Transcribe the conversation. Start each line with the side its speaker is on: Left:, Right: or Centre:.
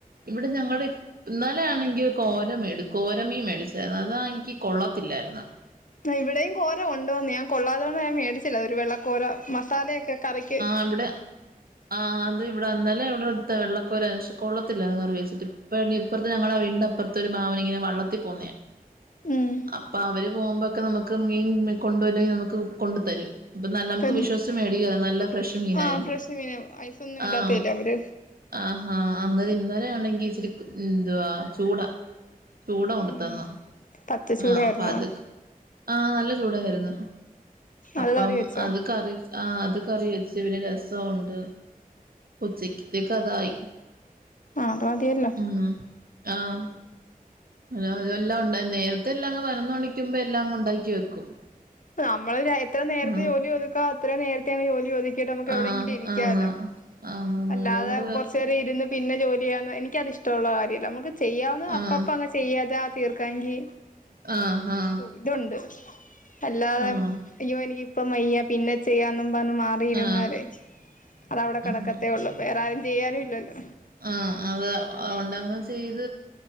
Right: ഇവിടെ ഞങ്ങള് ഇന്നലേണെങ്കി കോര മേട് കോരമീൻ മേടിച്ചരുന്നു അതാണെങ്കി കൊള്ളത്തില്ലാര്ന്ന്
Left: ഇവിടെയും കോര കൊണ്ടോന്ന് ഞാൻ കൊള്ളാതോണ്ട് ഞാൻ മേടിച്ചില്ല ഒരു വെള്ളക്കോര മസാലയക്കെ കറിക്ക്
Right: നമ്മുടെ ആഹ് അത് ഇവിട ഇന്നലെ ഇവിടുത്ത വെള്ളക്കോര ഷ് കൊള്ളത്തില്ലർന്ന് കറി വച്ചിട്ട് പ്പ ഇപ്പർത്തെ ഞങ്ങള ആഹ് വീടിന്റെ ഇപ്പുറ ത്തൊരു മാമൻ ഇങ്ങനെ വള്ളത്തി പോന്നേയ
Left: ഉം
Right: അപ്പൊ അവര് പോകുമ്പോക്കെ നമക്ക് മീൻ കൊണ്ട പോല്ലെങ്കിൽ നമുക്ക് കൊണ്ടു തരും അപ്പൊ നല്ല നമുക്ക്
Left: പിന്നെ
Right: വിശ്വാസച്ച് മേടിക്കൻ നല്ല ഫ്രഷ് മീനായിരിക്കും
Left: ആ ഫ്രഷ് മീന ഐസൊന്നും
Right: ആഹ്
Left: ഇടാത്തല്ലേ അവര്
Right: ആഹ് ആഹ് അന്നര് ഇന്നലെ ആണെങ്കിൽ ഇച്ചിരി എന്തുവാ ചൂടാ ചൂട കൊണ്ടുത്തന്നു
Left: ഉം പച്ചച്ചൂടായിരുന്നു
Right: ആഹ് അപ്പൊ അത് ആഹ് നല്ല ചൂടയാരുന്നു
Left: അത്
Right: അപ്പം
Left: കറി വെച്ചോ
Right: അത് കറി ആഹ് അത് കറി വെച്ച് പിന്നെ രസം ഒണ്ട് ഉച്ചക്കത്തേക്കതായി
Left: ആഹ് അത് മതിയല്ലൊ
Right: ഉം ആഹ് അഹ് അതെല്ലാം ഉണ്ടരുന്ന് നേരത്തെ എല്ലാം അങ് പതിനോന്ന് മണിക്ക് മുബേ എല്ലാം അങ് ഉണ്ടാക്കി വെക്കും
Left: നമ്മള് എത്ര നേരത്തെ
Right: ആഹ്
Left: ജോലി ഒത്ക്കാവോ അത്ര നേരത്തങ്ങ് ജോലി ഒത് ക്കിട്ട് നമുക്ക് എവിടെങ്കിലും
Right: ആഹ്
Left: ഇരിക്കല്ലോ
Right: ആന്ന് ആന്നാന്ന്
Left: അല്ലാതെ
Right: അതുകൊണ്ട്
Left: കൊറച്ചേരം ഇരുന്ന് പിന്നെ ജോലി ചെയ്യാവ എനിക്കത്ഷ്ടമുള്ള കാര്യമല്ല നമുക്ക് ചെയ്യാവുന്ന അപ്പപ്പം
Right: ആഹ്
Left: അങ്ങനെ ചെയ്യാതാ തീർക്കാങ്കി
Right: ആഹ് ആഹ്
Left: ഇതൊണ്ട് അല്ലാതെ
Right: ആഹ്
Left: അയ്യോ എനിക്കിപ്പം വയ്യ പിന്നെ ചെയ്യന്നും പറഞ്ഞ് മാ റിയിരുന്നാലേ
Right: ആഹ്
Left: അത് അവിടെ കിടക്കത്തേ
Right: ആഹ്
Left: ഉള്ളൂ വേറെ ആരും ചെയ്യാനും ഇല്ലല്ലോ
Right: ആഹ് അത് അതുകൊണ്ടങ്ങെ ചെയ്ത്